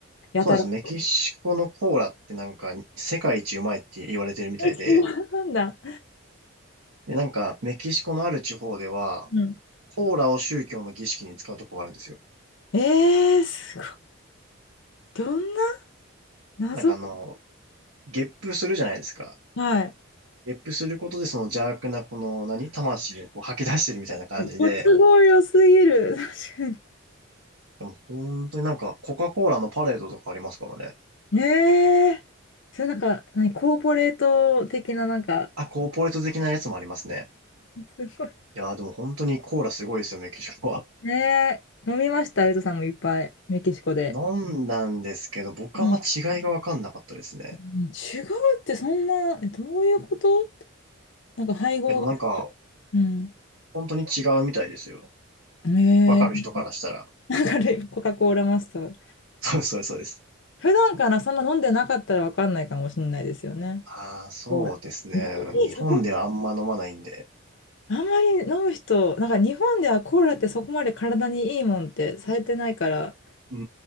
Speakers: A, on the left; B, on the right.
A: やたら。
B: そうです。
A: <laughs>
B: メキシコのコーラってなんか、世界一うまいって言われてるみたいで、
A: え、違うんだ。
B: で、なんか、メキシコのある地方では、
A: うん。
B: コーラを宗教の儀式に使うとこがあるんですよ。
A: えー、すごい。どんな謎。
B: なんかあの、ゲップするじゃないですか。
A: はい。
B: ゲップすることでその邪悪なこの何、魂をこう吐き出してるみたいな感じで、
A: ご都合良すぎる。確かに。
B: でも本当になんかコカ・コーラのパレードとかありますからね。
A: ねえ。それなんか、何、コーポレート的ななんか、
B: あ、コーポレート的なやつもありますね。
A: すごい。
B: いやーでも本当にコーラすごいですよ、メキシコは。
A: ねえ。飲みました、ゆうとさんもいっぱい。メキシコで。
B: <laughs> 飲んだんですけど、僕はあんま違いがわかんなかったですね。
A: うん。うん違うってそんな、えどういうことなんか配合が、
B: いやでもなんか、
A: うん。
B: 本当に違うみたいですよ。
A: ね
B: わかる人からしたら。
A: え、<laughs> なんかね、コカ・コーラマスター。
B: <laughs> そうそうそうです。
A: 普段からそんな飲んでなかったらわかんないかもしれないですよね。
B: ああ、そうですね。
A: そう日本にそこ、
B: 日本ではあんま飲まないんで。
A: あんまり飲む人、なんか日本ではコーラってそこまで体にいいもんってされてないから、
B: うー